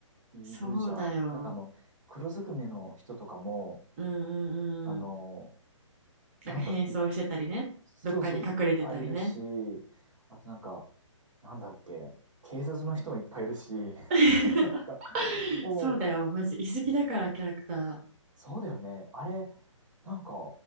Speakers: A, on the right; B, on the right.
A: いるじゃん。
B: そうだよ
A: なんかあの、黒ずくめの人とかも、
B: うんうんうん
A: あの、なんだろう、
B: なんか変装してたりねどっかに隠れてたりね
A: い、そうそう、いっぱいいるし、あとなんか、なんだっけ、警察の人もいっぱいいるし、
B: <laughs>
A: <laughs> なんか、もう、
B: そうだよマジ居すぎだからキャラクタ
A: そうだよね。あれ、なんか、